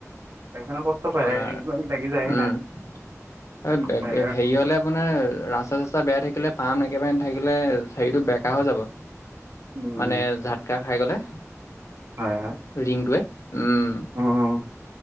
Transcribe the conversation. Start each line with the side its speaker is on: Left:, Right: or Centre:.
Right: বাইকখনে কষ্ট পায়
Left: আপোনাৰ
Right: ৰিংকু আহি লাগি যায়হি
Left: উম।
Right: নাই টায়াৰ
Left: হেৰি হলে মানে ৰাস্তা চাস্তা বেয়া থাকিলে পাম একেবাৰে নাথাকিলে হোৰৰিতো বেকা হৈ যাব।
Right: উম।
Left: মানে যাতকা খাই গ'লে
Right: হয় হয়
Left: ৰিংটোৱে, উম।
Right: উম,